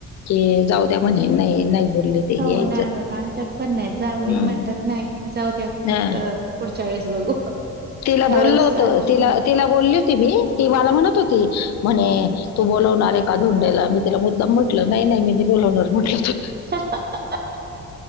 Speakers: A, on the left (about 60°); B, on the right (about 35°).
A: की, जाऊ द्या म्हणे. नाही - नाही बोलले ते
B: हो
A: हे यायचं
B: नाही होत. आमच्यात पण नाही. जावयी
A: हम्म.
B: म्हणतात, नाही. जाऊ द्या.
A: हा
B: अ पुढच्या वेळेस बघू.
A: तिला
B: ह्या
A: बोलल
B: वर्षी
A: होतं.
B: आलेच
A: तिला,
B: नाहीत
A: तिला बोलली होती मी. ती वाला म्हणत होती. म्हणे तू बोलवणारय का? धोंडेला. मी तिला मुद्दाम म्हटलं. नाही, नाही मी नाही बोलवणार म्हटलं. तु
B: <unintelligible>